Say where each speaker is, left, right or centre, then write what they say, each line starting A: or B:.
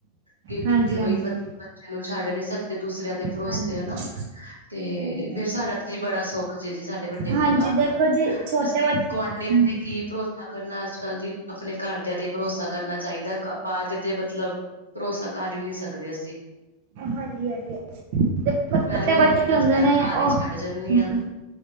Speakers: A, on the right; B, on the right.
A: ਕਿ
B: ਹਾਂਜੀ
A: ਕਿਵੇਂ ਬਈ
B: ਹਾਂਜੀ
A: ਮਤਲਬ ਬੱਚਿਆਂ ਨੂੰ ਛੱਡ ਨੀ ਸਕਦੇ ਦੂਸਰਿਆਂ ਦੇ ਭਰੋਸੇ
B: ਹਾਂਜੀ
A: ਹਨਾ। ਤੇ ਫੇਰ ਸਾਡਾ ਤੇ ਜੀ ਬੜਾ ਸੁੱਖ ਜੇ ਜੀ ਸਾਡਾ ਵੱਡੇ
B: ਹਾਂਜੀ
A: ਪਰਿਵਾਰ
B: ਦੇਖੋ
A: ਦਾ
B: ਜੀ ਛੋਟੇ
A: ਅਸੀਂ
B: ਬੱਚ
A: ਗੁਆਂਢੀਆਂ ਤੇ ਕੀ ਭਰੋਸਾ ਕਰਨਾ ਅੱਜ ਕੱਲ ਦੀ ਆਪਣੇ ਘਰਦਿਆਂ ਤੇ ਭਰੋਸਾ ਕਰਨਾ ਚਾਹੀਦਾ ਬਾਹਰ ਦੇ ਤੇ ਮਤਲਬ ਭਰੋਸਾ ਕਰ ਈ ਨੀ ਸਕਦੇ ਅਸੀਂ।
B: ਹਾਂਜੀ, ਹਾਂਜੀ ਔ ਛੋਟੇ
A: ਮੈਂ ਵੀ
B: ਬੱਚੇ
A: ਆਪਣੇ ਬੱਚਿਆਂ
B: ਹੁੰਦੇ ਨੇ
A: ਨੂੰ ਘਰ
B: ਉਹ
A: ਹੀ
B: ਹੂੰ
A: ਛੱਡ ਜਾਂਦੀ ਹਾਂ